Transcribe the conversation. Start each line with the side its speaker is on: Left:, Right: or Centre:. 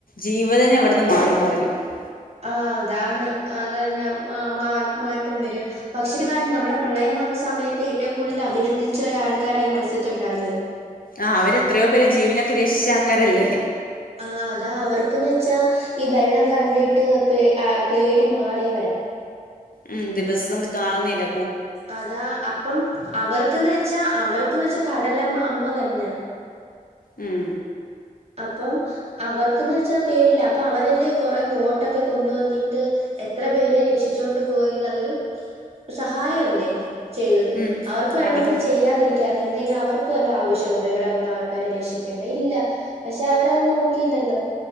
Left: ജീവിതം തന്നെ അവിടുന്ന് മാറി മറും ജീവിതം തന്നെ
Right: ആ അതാണ് അത് തന്നെ മാ മാറ്റം വരും പക്ഷ ഒരു കാരണം നമ്മുടെ പ്രളയം വന്ന് സമയത്ത് ഏറ്റവും കൂടുതൽ അഭിനന്ദിച്ച ഒരാൾക്കാരായി മത്സ്യത്തൊഴിലാളികള്
Left: ആഹ് അവരെത്രേ പേരെ ജീവനൊക്കെ രക്ഷിച്ചാൾക്കാരല്ലെ
Right: ആഹ് അതാ അവർക്ക്ന്ന് വെച്ചാ ഈ വെള്ളം കണ്ടിട്ട് പേ ആഹ് പേടി മാറിയവര
Left: ഉം ദിവസംന്ന് കാണ്ന്നില്ല
Right: അതാ അപ്പം അവർക്ക്ന്ന് വെച്ചാ അവർക്ക്ന്ന് വെച്ച കടലമ്മ അമ്മ തന്നെ
Left: ഉം
Right: അപ്പം അവർക്ക്ന്ന് വെച്ചാ പേടില്ല അപ്പൊ അവരല്ലെ കൊറെ ബോട്ടൊക്കെ കൊണ്ട് വന്ന്ട്ട് എത്ര പേരെ രക്ഷിച്ചോണ്ട് പോയി അതൊരു സഹായല്ലെ ചെയ്തത്
Left: ഉം
Right: അവർക്ക് വേണൊങ്കി
Left: അവർ
Right: ചെയ്യാതിരിക്കാ ഇതിന് അവർക്കു വല്ല ആവശ്യൊണ്ടോ ഇവടെ വന്ന് ആൾക്കാരെ രക്ഷിക്കേണ്ട ഇല്ല പഷേ അവരത് നോക്കിയില്ലല്ലൊ